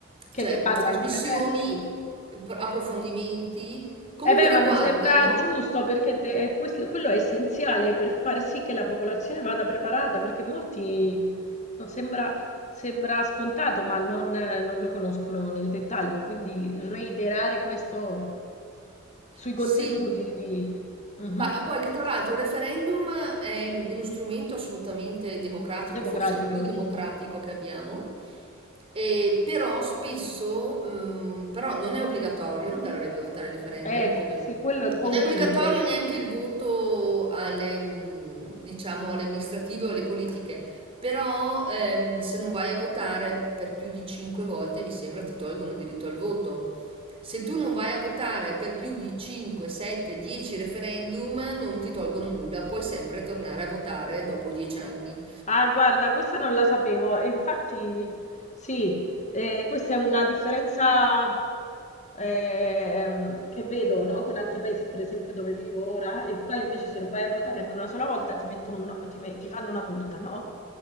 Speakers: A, on the left; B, on the right.
A: Che
B: cioè
A: ne parlano?
B: mh, trasmissioni,
A: Eh, beh, sì.
B: pr- approfondimenti, comunque
A: Eh beh,
B: riguardano,
A: ma mi sembra giusto perché te- è questo- quello è essenziale per far sì che la popolazione vada preparata, perché molti no, sembra, sembra scontato, ma non, eh, non lo conoscono nel dettaglio, quindi reiterare questo sui contenuti
B: sì,
A: di Mhm.
B: Ma poi che tra l'altro il referendum è uno strumento assolutamente democratico,
A: democratico,
B: forse il più democratico
A: sì.
B: che abbiamo, e però spesso, ehm, però non è obbligatorio andare a votare il referendum,
A: Eh,
B: come
A: sì, quello è un po'
B: non
A: un
B: è obbligatorio
A: limite.
B: neanche il voto alle, mm, diciamo, alle amministrative o alle politiche, però ehm, se non vai a votare per più di cinque volte, mi sembra, ti tolgono il diritto al voto. Se tu non vai a votare per più di 5, 7, 10 referendum, non ti tolgono nulla, puoi sempre tornare a votare dopo 10 anni.
A: Ah, guarda, questa non la sapevo. e Infatti, sì, eh, questa è una differenza ehm, che vedo, no, Con altri paesi, per esempio, dove vivo ora, e qua invece se non vai a votare anche una sola volta ti mettono un- no, ti, me- ti fanno una multa, no?